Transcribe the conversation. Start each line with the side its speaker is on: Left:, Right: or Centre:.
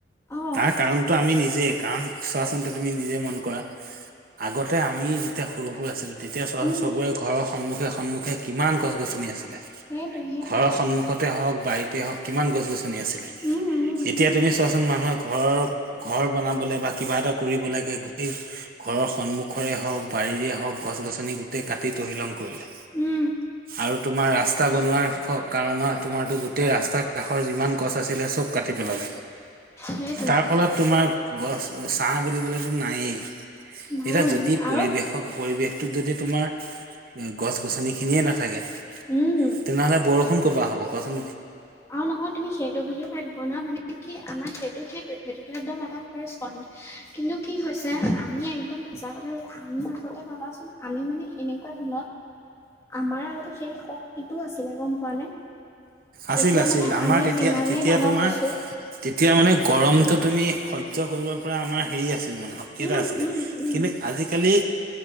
Left: অ
Right: তাৰ কাৰণটো আমি নিজেই কাৰণ চোৱা তুমি নিজে মন কৰা আগতে আমি যেতিয়া সৰু সৰু আছিলো তেতিয়া চোৱাচোন
Left: উম
Right: চবৰে ঘৰৰ সন্মুখে সন্মুখে কিমান গছ গছনি আছে
Left: সেইটোৱে সেইটোৱে
Right: ঘৰৰ সন্মুখত বাৰীতে হক কিমান গছ গছনি আছিলে
Left: উম উম
Right: এতিয়া
Left: উম
Right: তুমি চোৱাচোন মানুহে ঘৰৰ ঘৰ বনাবলে বা কিবা এটা কৰিব লাগে গোটেই ঘৰৰ সন্মুখৰে হওঁক বাৰীৰে হওঁক গছ গছনি গোটেই কাটি তহিলং কৰিলে
Left: উম
Right: আৰু তোমাৰ ৰাস্তা বনোৱাৰ ফল কাৰণত তোমাৰতো গোটেই ৰাস্তাৰ কাষৰ যিমান গছ আছিলে চব কাটি পেলালে
Left: সেইটোৱে
Right: তাৰ ফলত তোমাৰ গছ চাহ বুলিবলে তো নাই
Left: নাই
Right: এতিয়া
Left: নাই
Right: যদি পৰিৱেশৰ
Left: আৰু
Right: পৰিৱেশটো যদি তোমাৰ গছ গছনি খিনিয়ে নাথাকে
Left: উম
Right: তেনেহলে বৰষুণ কপা হ'ব কোৱা চোন তুমি
Left: আৰু নহয় তুমি সেইটো বুলিও ভাবিব ন মানে কি আমাৰ সেইটো সেই সেইটোতো একদম এটা ফাষ্ট ক কিন্তু কি হৈছে আমি একদম সঁচা কথা কবলৈ গলে আমি আগতে ভাবাচোন আমি মানে এনেকুৱা তেনেকা দিনত আমাৰ আগতে সেই শক্তিটো আছিলে গম পোৱা নে
Right: আছিল
Left: এতিয়া
Right: আছিল
Left: মানে
Right: আমাৰ
Left: আমি
Right: তেতিয়া
Left: যিমানেই
Right: তেতিয়া
Left: ডাঙৰ
Right: তোমাৰ
Left: হৈছো
Right: তেতিয়া মানে গৰমটো তুমি স সৰ্য্য কৰিব পৰা আমাৰ হেৰি আছিল মানে শক্তি
Left: উম
Right: এটা আছিলে
Left: উম উম
Right: কিন্তু আজিকালি